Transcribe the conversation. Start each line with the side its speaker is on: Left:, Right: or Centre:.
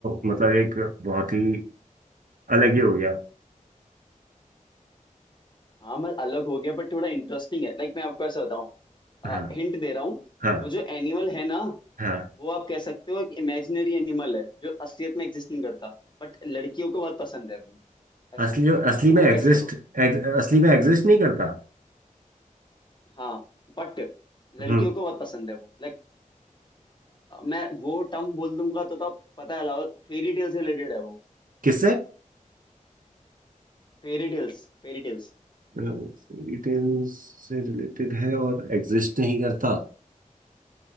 Right: मतलब एक बहुत ही अलग ही हो गया
Left: हाँ मतलब अलग हो गया बट थोड़ा इंटरेस्टिंग है लाइक मैं आपको ऐसा बताऊं
Right: हाँ
Left: हिंट दे रहा हूँ
Right: हाँ
Left: वो जो एनिमल है ना
Right: हाँ
Left: वो आप कह सकते हो एक इमेजिनरी एनिमल है जो असलियत में एग्जिस्ट नहीं करता बट लड़कियों को बहुत पसंद है वो ऐसा
Right: असली
Left: है
Right: असली में
Left: आप
Right: एग्जिस्ट
Left: गैस करो
Right: असली में एग्जिस्ट नहीं करता
Left: हाँ बट लड़कियों
Right: हम्म
Left: को बहुत पसंद है वो लाइक मैं वो टर्म बोल दूंगा तो, तो आप पता लगाओ फेरी टेल से रिलेटेड है वो
Right: किससे
Left: Fairy tales फेरी टेल्स
Right: डिटेल्स से रिलेटेड है और एग्जिस्ट नहीं करता